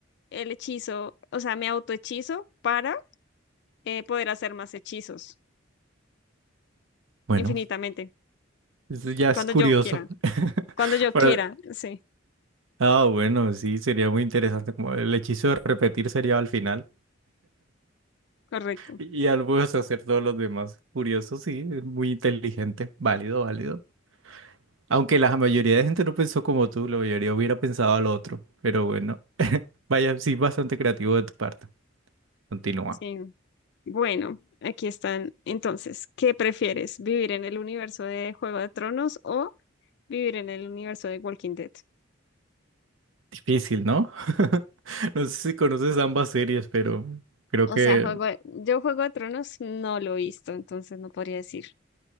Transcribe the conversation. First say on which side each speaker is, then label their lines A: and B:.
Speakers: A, on the left; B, on the right.
A: el hechizo, o sea, me autohechizo para eh, poder hacer más hechizos
B: Bueno,
A: infinitamente,
B: eso ya es
A: cuando
B: curioso.
A: yo quiera,
B: <laughs>
A: cuando yo
B: Pero
A: quiera, sí,
B: Ah, bueno, sí, sería muy interesante. Como el hechizo de repetir sería al final
A: correcto,
B: y al puedes hacer todos los demás. Curioso, sí, es muy inteligente, válido, válido. Aunque la mayoría de gente no pensó como tú, la mayoría hubiera pensado al otro. Pero bueno, vaya, sí, bastante creativo de tu parte. Continúa.
A: sí. Bueno, aquí están. Entonces, ¿qué prefieres? ¿Vivir en el universo de Juego de Tronos o vivir en el universo de Walking Dead?
B: Difícil, ¿no? <laughs> No sé si conoces ambas series, pero creo
A: O
B: que
A: sea, juego de- yo Juego de Tronos no lo he visto, entonces no podría decir.